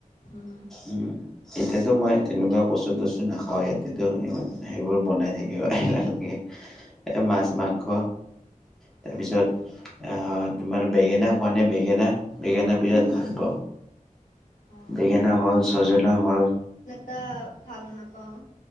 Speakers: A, on the left; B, in the centre.
A: উম
B: উম। এতিয়াতো মই তেনেকুৱা কচু টচু নাখাওঁৱে এতিয়াতো ইমান সেইবোৰ বনাই থাকিব এলাহ লাগে। এ
A: অ
B: মাছ, মাংস তাৰপিছত
A: অ অ
B: আহ তোমাৰ বেঙেনা খোৱা নে বেঙেনা বেঙেনা বিৰাট
A: উম
B: ভাল পাওঁ
A: অ
B: বেঙেনা হ'ল, সজিনা হ'ল
A: টা ভাল নাপাওঁ